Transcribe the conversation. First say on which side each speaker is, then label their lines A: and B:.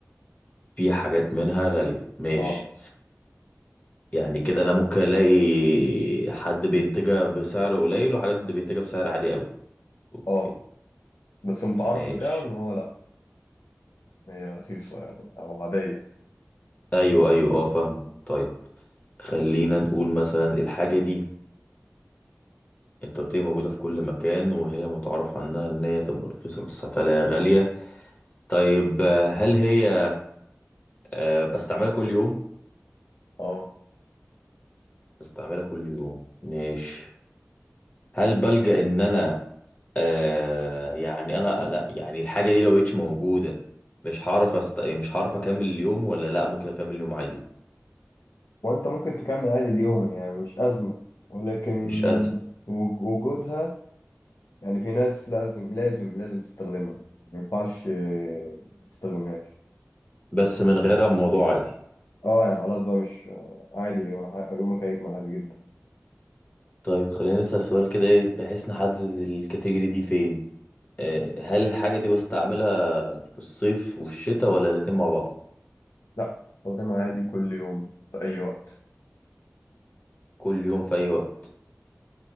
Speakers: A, on the left; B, on the left.
A: في حاجات منها غالية ماشي
B: اه
A: يعني كده انا ممكن الاقي حد بينتجها بسعر قليل وحاجات بينتجها بسعر عالي قوي اوكي
B: اه بس المتعارف
A: ماشي
B: بتاعه ان هو لا هي رخيصة يعني او عادية
A: ايوه ايوه اه فاهمك طيب خلينا نقول مثلا الحاجه دي انت قلت لي موجوده في كل مكان وهي متعارف عنها ان هي تبقى رخيصه بس هتلاقيها غاليه طيب آه، هل هي آه، بستعملها كل يوم
B: اه
A: بستعملها كل يوم ماشي هل بلجأ ان انا آه يعني انا انا يعني الحاجه دي لو بقتش موجوده مش هعرف أست... يعني مش هعرف اكمل اليوم ولا لا ممكن اكمل اليوم عادي
B: وانت ممكن تكمل عادي اليوم يعني مش أزمة ولكن
A: مش ازمه
B: وج- وجودها يعني في ناس لازم لازم لازم تستخدمها ما ينفعش آه، ما تستخدمهاش
A: بس من غيرها الموضوع عادي
B: اه يعني خلاص بقى مش آه، عادي يومك هيكمل عادي جدا
A: طيب خلينا نسال سؤال كده إيه، بحيث نحدد الكاتيجوري دي فين آه هل الحاجه دي بستعملها في الصيف وفي الشتاء ولا الاتنين مع بعض
B: لا استخدمها عادي كل يوم في اي وقت
A: كل يوم في اي وقت